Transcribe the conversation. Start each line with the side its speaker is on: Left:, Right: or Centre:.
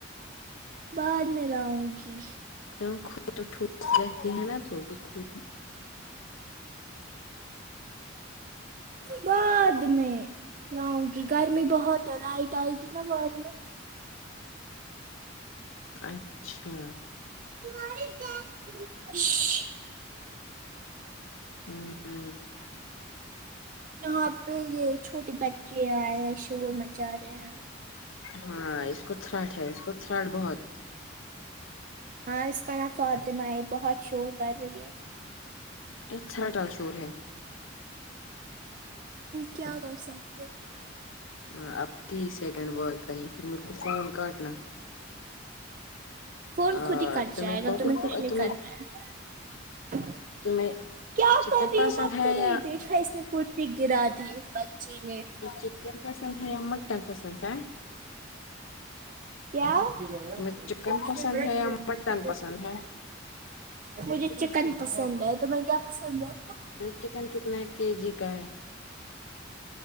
Right: بعد میں لاؤں گی
Left: کی خود تو ٹوس رہتی ہے نا تو تو خوش
Right: بعد میں لاؤں گی گرمی بہت ہے لائٹ آئے گی نا بعد میں
Left: اچھا
Right: <unintelligible>
Left: ہوں ہ
Right: یہاں پہ یہ چھوٹے بچے آئے ہیں شور مچا رہے ہیں
Left: ہاں اس کو سھراٹ ہے اس کو سھرٹ بہت ہے
Right: ہاں اس کا نام فاطمہ ہے بہت شور کر رہی ہے
Left: یہ سھڑل شور ہے
Right: کیا کر سکتے ہیں
Left: ہ اب تیس سیکنڈ بات کرنی پھر میرے کو فون کاٹنا
Right: فون
Left: اور
Right: خود ہی کٹ جائے گا
Left: کوکر
Right: تمہیں کچھ نہیں
Left: تمہیں
Right: کرناا ہے
Left: تمہیں
Right: کیا
Left: چکن
Right: کر رہی
Left: پسند
Right: ہو مت
Left: ہے
Right: کرو
Left: یا
Right: یہ دیکھا کرسی گرا دی اس بچے نے
Left: چکن پسند ہے یا مٹن پسند ہے
Right: کیا <unintelligible>
Left: تمہیں چکن پسند ہے یا مٹن پسند ہے
Right: مجھے چکن پسند ہے تمیں کیا پسند ہے
Left: چکن کتنے کے جی کا ہے